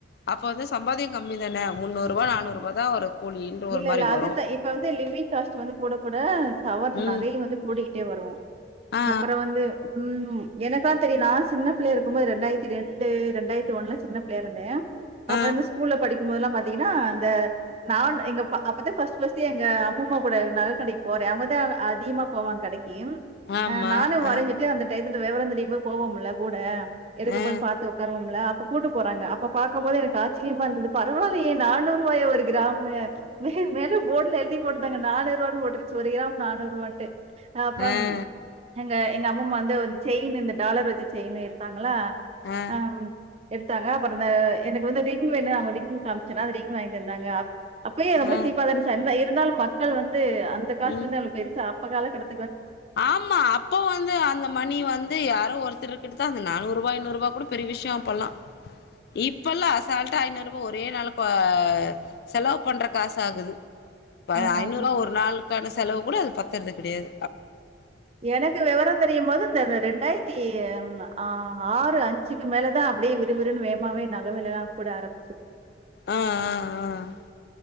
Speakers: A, on the left; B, on the right.
A: அப்ப வந்து சம்பாதியம் கம்மி தானே முன்னூறு ரூபா நானூறு ரூப தான் ஒரு கூலின்ற ஒரு
B: இல்ல
A: மாரி
B: இல்ல அதுதா
A: வரும்
B: இப்ப வந்து லிவிங் காஸ்ட் வந்து கூட கூட சவர்
A: ம்
B: நகையும் வந்து கூடி இங்க வருவோம்
A: ஆ
B: அப்புறம் வந்து உம் எனக்காச் சரி நான் சின்ன பிள்ளை இருக்கும்போது ரெண்டாயிரத்தி ரெண்டு ரெண்டாயிரத்தி ஒன்னு சின்ன பிள்ளய இதோன் அப்ப
A: ஆ ஆ
B: இந்த ஸ்கூல்ல படிக் முதல்லாம் பாத்தீங்கன்னா இந்த நான் எங்க அப்பதான்ர்ஸ்ட்ஸ் எங்க எங்க எங்க அப்பா அப்ப தா பஸ்ட் பஸ்ட் எங்க அம்மாமா கூட நகை கடைக்கு போறேன் அவங்கதான் அதிகமா போவாங்க கடைக்கு என்
A: ஆ ஆமா
B: நானும் வரஞ்சுட்டு
A: ஆ
B: அந்த டையத்து விவரந்த போவோம்ல கூட எடுக்க
A: ஆ
B: போய் பார்த்து உக்காருவோம்ல அப்ப கூட்டு போறாங்க அப்ப பாக்கம் போது எனக்கு ஆச்சரியமா இருந்தது பரவாலயே நானூறு ரூபாயா ஒரு கிராமு மேனு போ்டுல எழுதிப் போட்டு அ நானூறுவான்னு போட்டுருச்சு ஒரு கிராம் நானூறு ரூபான்ட்டு அப்பம்
A: ஆ
B: எங்க எங்கள் அம்மாமா வந்து செயின் இந்த டாலர் வச்சு செயின் எடுத்தாங்களா
A: ஆ
B: ஆஹ் எடுத்தாங்க பறந்த எனக்கு வந்து ரிங் வேணும்ங்க ரிங் காமிச்சுன்னா அந்த ரிங் வாங்கிந தந்தாங்க அப்பயே ரொம்ப
A: ஆ
B: சீப்பா தான் இருச்சி அன் வயர் இருந்தாலும் மக்கள் வந்து அந்த காசு
A: ம்
B: வந்து பெருசா அப்ப கால கட்ட
A: ஆமா அப்போ வந்து அந்த மணி வந்து யாரும் ஒருத்தர் கிட்ட த அந்த நானூறு ரூபா் ஐநூ ரூபா கூட பெரிய விஷயம் அப்பல்லாம் இப்பல்லாம் அசால்டா ஐநூறு ரூபா ஒரே நாளைக்கு செலவு பண்ற காசு ஆகுது இ
B: ஆமாமா.
A: ஐநூறுரூபா ஒரு நாள் க்கான செலவு கூட அது பத்துரது கிடாது
B: எனக்கு விவரம் தெரியும் போது இந்த ரெண்டாயிரத்தி ஆஹ் ஆறு அஞ்சுக்கு மேலதான் அப்படியே விறுவிறுன்னு வேமாவே நகவேல எல்லாம் கூட ஆரம்பிச்சது
A: ஆஹ் ஆஹ் ஆஹ்